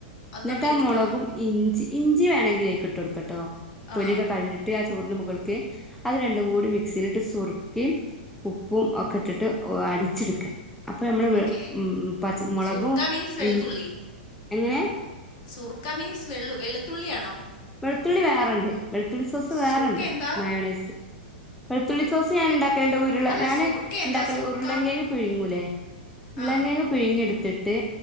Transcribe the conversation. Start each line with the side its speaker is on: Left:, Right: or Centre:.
Left: അത്
Centre: ഇന്നട്ട്
Left: നമ്മൾ
Centre: ആ
Left: എടുക്കണം
Centre: മൊളകും ഇഞ്ചി ഇഞ്ചി വേണെങ്കില് അയിക്ക് ഇട്ട് കൊടുക്കട്ടോ
Left: ആ
Centre: തൊലിയൊക്കെ കളഞ്ഞി ട്ട് ആ ചോറിന് മുകൾക്ക് അത് രണ്ടും കൂടി മിക്സിയിലിട്ട് സുർക്കിം ഉപ്പും ഒക്കെ ഇട്ടിട്ട് ഓ അടിച്ചെടുക്ക അപ്പോ നമ്മളെ വെ
Left: ഓക്കെ
Centre: പച്ച മുളകും
Left: സുറുക്ക മീൻസ് വെളുത്തുള്ളി
Centre: ഇൻ എങ്ങനെ
Left: സുറുക്ക മീൻസ് വെള്ളു വെളുത്തുള്ളിയാണോ
Centre: വെളുത്തുള്ളി വേറെണ്ട് വെളുത്തുള്ളി സോസ് വേറെണ്ട്
Left: സുറുക്ക എന്താ
Centre: മയോണൈസ് വെളുത്തുള്ളി സോസ് ഞാന്ണ്ടാക്കൽണ്ട് വീ ള്ളേ
Left: അല്ല
Centre: ഞാന്
Left: സുറുക്ക
Centre: ഇണ്ടാക്കല്
Left: എന്താ സുറുക്ക
Centre: ഉരുളങ്കേങ്ങ് പിഴുങ്ങൂലേ ഉരുളങ്കേങ്ങ്
Left: ആ
Centre: പിഴുങ്ങി എടുത്തിട്ട്